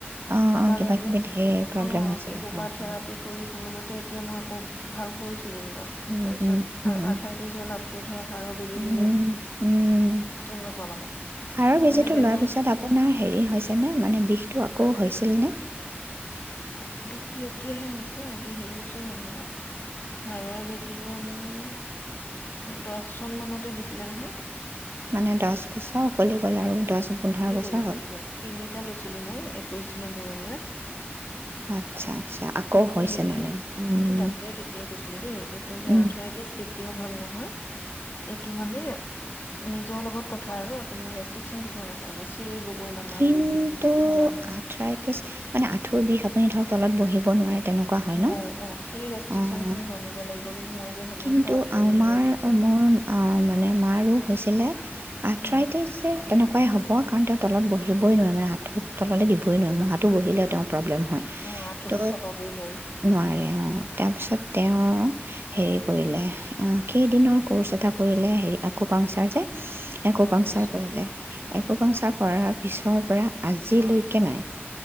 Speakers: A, on the right; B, on the left.
A: অ',
B: ককালৰ
A: অ', কিবা কিবি
B: যে
A: ঢেৰ প্ৰব্লেম
B: অ
A: হৈছিলে
B: সেই
A: হয়, হয়।
B: থেৰাপি কৰি কোনোমতে তে এতিয়া মই আকৌ ভাল কৰিছো। যেনিবা
A: উম,
B: তাৰপিছত
A: উম, উম,
B: আঠাইছ ত্ৰিচ মান আঁঠুঠে হাড়ৰ বেজি
A: উম,
B: দিলে
A: উম।
B: তেনেকুৱা মানে
A: হাড়ৰ বেজীটো
B: মানে বেমাৰ
A: লোৱাৰ পিছত আপোনাৰ হেৰি হৈছেনে মানে বিষটো আকৌ হৈছিলনে?
B: বিষটো এতিয়াহে হৈছে আজি হেৰি বছৰ হ'ল ধৰা হাড়ৰ বেজি লোৱা মোৰ দছজন মানতে দিছিলে নহয়
A: মানে দছ বছৰ উকলি গ'ল আৰু দহ পোন্ধৰ
B: উকলি
A: বছৰ
B: গল উকলি
A: হ'ল।
B: গল তিনিটা লৈছিলো মই একৈচ দিনৰ মূৰে মূৰে
A: আচ্ছা, আচ্ছা আকৌ
B: কিন্তু
A: হৈছে
B: হেৰি,
A: মানে উম,
B: কিন্তু ডাক্তৰে তেতিয়াই কৈছিলে দেই কৈছে যে
A: উম।
B: অৰ্থৰিটিচ তেওঁ ভাল নহয় এইটো মানে নিজৰ লগত কথা আৰু আপুনি ৰেষ্ট্ৰিকন আছে মানে বগোৱা মানা
A: কিন্তু
B: বেছি খোজ কঢ়া মানা
A: আঠৰা ত্ৰিশ মানে আঠৈ বিষ আপুনি ধৰক তলত বহি আহিব নোৱাৰে তেনেকুৱা হয়
B: নোৱাৰো
A: ন?
B: অ সেই ৰেষ্ট্ৰিকচন
A: অঁ
B: খিনি মানিব লাগিব কিন্তু মই যে সেইবোৰ
A: কিন্তু
B: চব কৰি
A: আমাৰ
B: মেলি আছো
A: মোৰ মানে মাৰো হৈছিল এনে আঠৰাইতে
B: উম
A: যে তেনেকুৱাই হ'ব কাৰণ তলত বহি উঠিবই নোৱাৰে মানে আঁঠুত, তললে দিবই নোৱাৰে, মোহাটে বহি লয় তেওঁ প্ৰব্লেম হয়,
B: অ আঁঠুতো
A: ত
B: চপাবই নোৱাৰি
A: নোৱাৰে অঁ তাৰপিছত তেওঁ হেৰি কৰিলে, আঁ কেইদিনৰ ক'ৰ্ছ এটা কৰিলে হেৰি আকৌ পাংচাৰ যে একোপাংচাৰ
B: অ বুজিছো
A: কৰিলে একো পাংচা কৰাত পিছৰ পৰা আজিলৈকে নাই